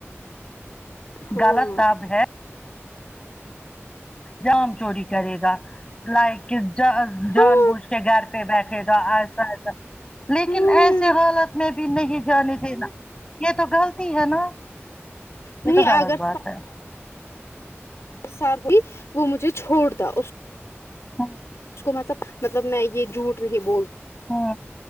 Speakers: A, on the left (about 75°); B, on the left (about 20°).
A: ہاں
B: غلط سب ہے جام چوری کرے گا لائک اس جا جان
A: ہاں
B: بوجھ کے گھر پہ بیٹھے گا ایسا ایسا لیکن
A: ہاں
B: ایسے حالت میں بھی نہیں جانے دینا یہ تو غلطی ہے نا
A: نہیں
B: یہ تو
A: اگر
B: غلط بات ہے
A: ساتھ ہی وہ مجھے چھوڑ تا اس
B: <inaudible>
A: اس کو مطلب مطلب میں یہ جھوٹ نہیں بول
B: ہاں